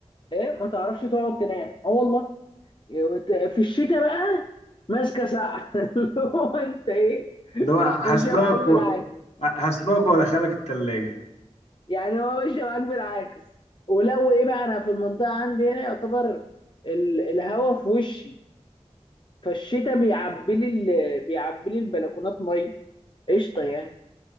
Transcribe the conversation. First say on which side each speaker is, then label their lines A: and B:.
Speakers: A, on the left (about 45°); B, on the left (about 70°).
A: ايه ما تعرفش تقعد تنام اه والله إيه، وت- في الشتاء بقى ماسكه سقع <laughs> اللي هو انت ايه
B: اللي هو هسلاك
A: ماشيه معاك بالعكس
B: و... هسلاك وادخلك التلاجة
A: يعني هو ماشيه معاك بالعكس ولو ايه بقى انا في المنطقه عندي هنا يعتبر ال- الهوا في وشي فالشتاء بيعبي لي ال- بيعبي لي البلكونات ميه قشطه يعني